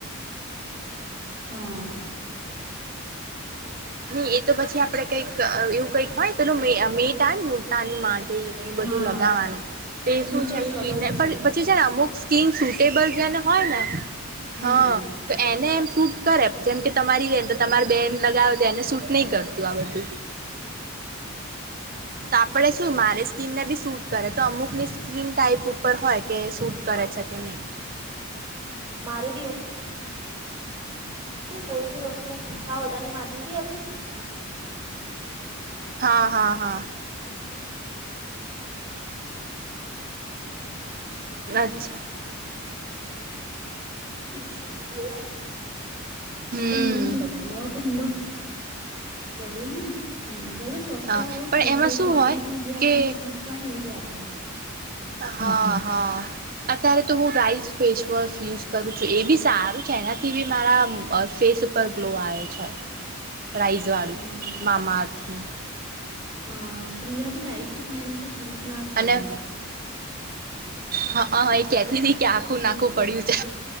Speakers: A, on the right; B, on the right.
A: હા
B: <inaudible> તો પછી આપડે કંઈક એવું કંઈક હોય લો મે મે મુલતાની મા બધું
A: હા
B: લગાવાનું તો શું
A: હું
B: છે
A: એ
B: સ્કીનને
A: લગાવું છું
B: પછી છે ને અમુક સ્િંગ સુટેબલ છેને હોય ને
A: હમ
B: હા તો એને એમ શૂટ કરે જેમ કે તમારી વહેન તો તમારી બેન લગાવે એને શૂટ નહી કરતું આ બધું તો આપણે શું મારી સ્કીિનને બી શૂટ કરે તો અમુકની સ્કીિન ટાાઈપ ઉપર હોય કે શૂટ કરે છે કે નહી
A: મારે ભી હું કોઈ બી વસ્તુ આ બધાની માટેટી ત આપી
B: હા હા હા
A: <inaudible>
B: અચ્છા
A: નેચરલ ગ્લો આઈ ગયા હા
B: હમ
A: ભાઈ હ ન વતી બદને હમ ભ સસ્તા
B: હા
A: વાળું સસ
B: પણ એમાં
A: વસ
B: શું
A: વાપરી
B: હોય
A: પણ જે આપને
B: કે
A: સુ થાય જ પર
B: હા હા અત્યારે તો હું રાઈસ ફેસવોશ યુઝ કરું છું એ બી સારું છે એનાથી બી મારા ફેસ ઉપર ગ્લો આવ્યો છે રઈઝવાડું
A: હા
B: મામાા અર્થનું
A: હા પ્રિયા ભી લાઈ તી પણ એના તો સૂટ ના થયું
B: અને હા હ એ કેતી ન કે આખું નાખવું પડ્યું છે